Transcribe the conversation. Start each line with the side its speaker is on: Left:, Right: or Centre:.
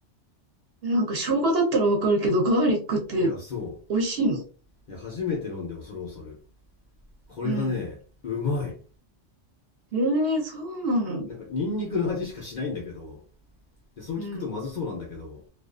Right: え、なんか生姜だったらわかるけど、ガーリックって
Left: いやそ
Right: 美味しいの
Left: ういや初めて飲んで恐る恐るこれがねうまい
Right: うん。ええ、そうなの
Left: なんかニンニクの味しかしないんだけどでそう聞くとまずそうなんだけど
Right: うん。